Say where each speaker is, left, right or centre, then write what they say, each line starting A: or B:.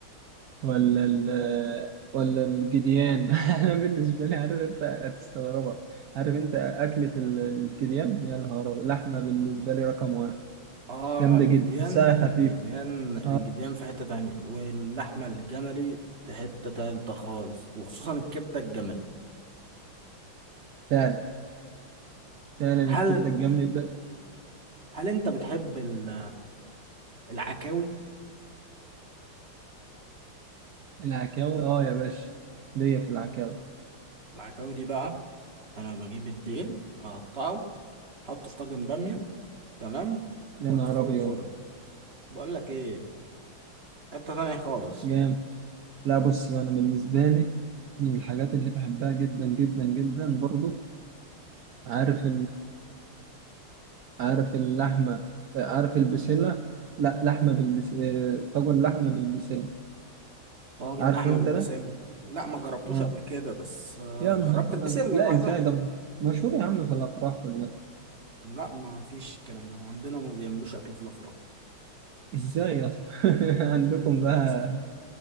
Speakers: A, on the right; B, on the right.
A: ولا ال ولا الجديان <laughs> انا بالنسبه لي عارف انت هتستغربها عارف انت اكله ال- الجديان يا نهار أبيض. لحمه بالنسبه لي رقم واحد
B: آه
A: جامده
B: الجديان
A: جدا ساعه
B: الجديان
A: خفيفه
B: الجديان
A: اه
B: في حتة تانية واللحمة الجملي في حتة تالتة خالص وخصوصا الكبدة الجملي
A: فعلا فعلا
B: هل
A: الكبده الجامده ب-
B: هل أنت بتحب ال- العكاوي
A: العكاوي اه يا باشا ليا في العكاوي
B: العكاوي دي بقى أنا بجيب الديل أقطعه أحطه في طاجن بامية تمام
A: يا
B: وأدخله
A: نهار ابيض
B: الفرن بقول لك إيه حتة تانية خالص
A: جامد لا بص بقى، انا بالنسبه لي من الحاجات اللي بحبها جدا جدا جدا برضو عارف عارف اللحمة عارف البسلة لا لحمة بالبس آه، طاجن لحمة بالبسلة
B: طاجن
A: عارفه
B: لحمه
A: انت
B: بالبسله
A: ده
B: لا ما جربتوش
A: اه
B: قبل كده بس آه،
A: يا
B: جربت
A: نهار أبيض.
B: البسله
A: لا
B: لوحدها
A: ازاي ده مشهور يا عم في الافراح كلها
B: لا ما فيش الكلام ده عندنا ما بيعملوش اكل في الافراح
A: ازاي اصلا <laughs> عندكم
B: لا، للاسف
A: بقى